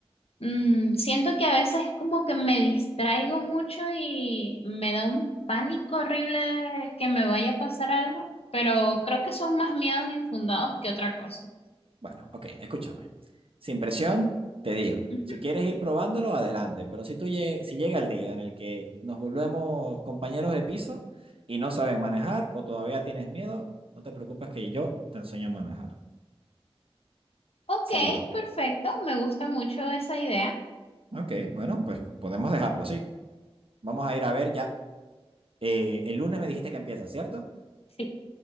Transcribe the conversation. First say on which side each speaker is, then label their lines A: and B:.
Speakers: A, on the left; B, on the right.
A: Mm, siento que a veces como que me distraigo mucho y me da un pánico horrible de que me vaya a pasar algo, pero creo que son más miedos infundados que otra cosa.
B: Bueno, ok, escúchame. Sin presión, te digo,
A: Ujú.
B: si quieres ir probándolo, adelante, pero si tú lleg- si llega el día en el que nos volvemos compañeros de piso y no sabes manejar o todavía tienes miedo, no te preocupes que yo te enseño a manejar,
A: Ok,
B: seguro.
A: perfecto, me gusta mucho esa idea.
B: Ok, bueno, pues podemos dejarlo así. Vamos a ir a ver ya. eh, el lunes me dijiste que empieza, ¿cierto?
A: Sí.